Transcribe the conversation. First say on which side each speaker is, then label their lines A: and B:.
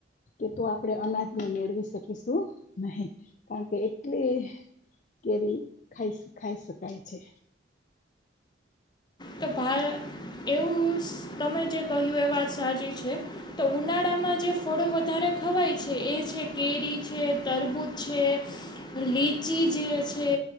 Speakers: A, on the left; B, on the left.
A: કે તો આપણે અનાજને મેળવી શકીશું નહી કારણ કે એટલી કેરી ખાઈ ખાઈ શકાય છે
B: તો ભ એવું તમે જે કહ્યું એ વાત સાચી છે તો ઉનાળામાં જે ફળો વધારે ખવાય છે એ છે કેરી છે તરબૂચ છે લીચી જે છે